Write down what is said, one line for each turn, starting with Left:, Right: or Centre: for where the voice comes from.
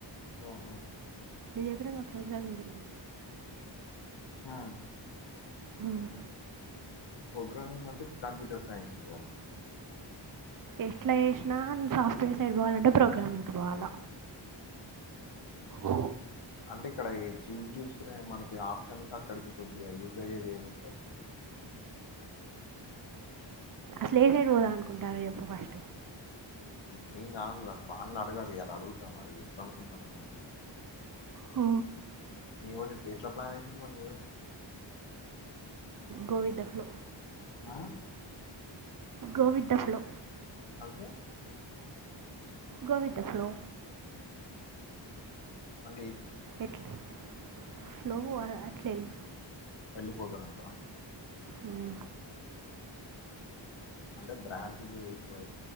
Left: ఆ అ
Right: నే చెప్పినాన్ గా ప్రోగ్రామింగ్ గురిన్
Left: ఆ
Right: మ్
Left: ప్రోగ్రామింగ్ అంటే, కంప్యూటర్ సైన్స్ కి పోవల్ల.
Right: ఎట్ల చేసినా, నువ్ సాఫ్ట్వేర్ సైడ్ పోవాలంటే ప్రోగ్రామింగ్కి పోవాల. ఓ
Left: అంటే ఇక్కడ ఈ చూజ్ చూసుకునే మనకి ఆప్షన్ కి అక్కడికి కొద్దిగ యూజ్ అయ్యేదెం ఉంటది?
Right: అసలు ఏ సైడ్ పోదాం అనుకుంటారు చెప్పు ఫస్ట్.
Left: నేన్ కాదు వా బాల్లన్ అడగాలి. ఈయల అడుగుతా మరి ఎట్లనుకుంటాన్నరో
Right: హ
Left: ఎవడ్ ఎట్, ఎట్ల ప్లాన్ ఏసిండు మరి మీవోడు?
Right: Go with the flow.
Left: ఆ
Right: గో విత్ ద ఫ్లో.
Left: అంటె
Right: గో విత్ ద ఫ్లో.
Left: అంటే ఏన్
Right: ఎట్ల, ఫ్లో అట్లెల్
Left: వెళ్ళిపోతారంటవ?
Right: మ్
Left: అంటే బ్రాంచ్ ది ఇప్పు